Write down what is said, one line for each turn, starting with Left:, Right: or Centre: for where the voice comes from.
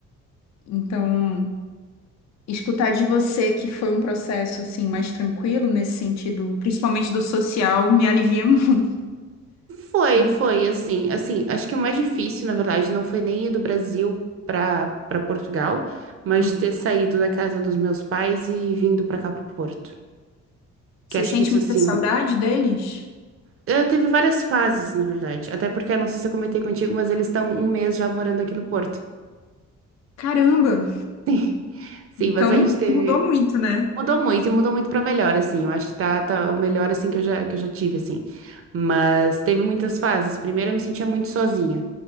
Left: Então, escutar de você que foi um processo assim mais tranquilo nesse sentido, principalmente do social, me alivia <laughs>
Right: Foi,
Left: muito.
Right: foi, assim, assim, acho que o mais difícil, na verdade, não foi nem ir do Brasil para para Portugal, mas
Left: Hum.
Right: ter saído da casa dos meus pais e vindo para cá pro Porto.
Left: Você
Right: Que acho
Left: sente
Right: que isso,
Left: muita
Right: assim,
Left: saudade deles?
Right: eu teve várias fases, na verdade, até porque, eu não sei se eu comentei contigo, mas eles estão um mês já morando aqui no Porto.
Left: Caramba,
Right: <laughs> Sim,
Left: então
Right: mas a gente teve,
Left: mudou muito, né?
Right: Mudou muito e mudou muito pra melhor, assim. Eu acho que tá, tá o melhor, assim, que eu já, que eu já tive, assim. Mas teve muitas fases. Primeiro eu me sentia muito sozinha.